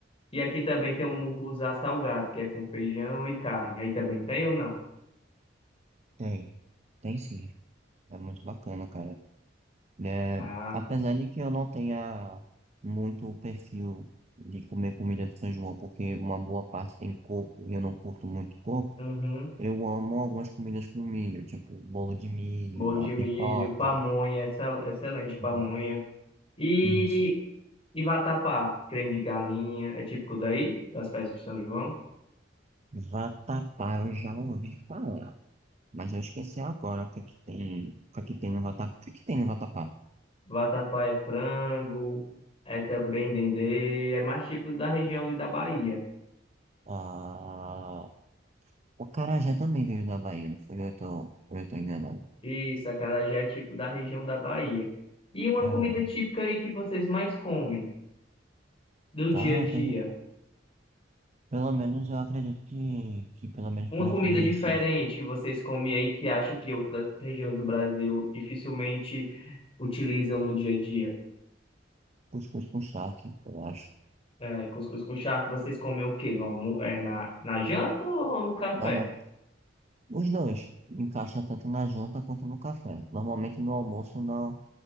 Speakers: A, on the left; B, on the right.
A: E aqui também tem um mucunzá salgado, que é com feijão e carne. Aí também tem ou não?
B: tem, tem sim. É muito bacana, cara. É,
A: Ah,
B: apesar de que eu não tenha muito o perfil de comer comida de São João, porque uma boa parte tem coco e eu não curto muito coco,
A: uhum.
B: eu amo algumas comidas com milho, tipo bolo de milho,
A: Bolo de
B: a pipoca,
A: milho, pamonha,
B: tá
A: excel- excelente pamonha.
B: bom,
A: E,
B: isso.
A: e vatapá, creme de galinha, é típico daí, das festas de São João.
B: Vatapá, eu já ouvi falar. Mas eu esqueci agora o que é que tem, o que é que tem no vatapá. O que é que tem no vatapá?
A: Vatapá é frango, é também dendê, é mais típico da região ali da Bahia.
B: Ah, o acarajé também veio da Bahia, não fui eu que tô, eu tô enganado.
A: Isso, acarajé é típico da região da Bahia. E uma
B: É,
A: comida típica aí que vocês mais comem, do
B: cara,
A: dia a dia?
B: que a gente, pelo menos eu acredito que, que pelo menos
A: Uma
B: por aqui
A: comida
B: em
A: diferente
B: Recife,
A: que vocês comem aí que acha que outras regiões do Brasil dificilmente utilizam no dia a dia?
B: cuscuz com charque, eu acho.
A: É, cuscuz com charque, vocês comem o quê? No almo é, na, na janta ou no café?
B: Normal, os dois encaixa tanto na janta quanto no café. Normalmente no almoço não,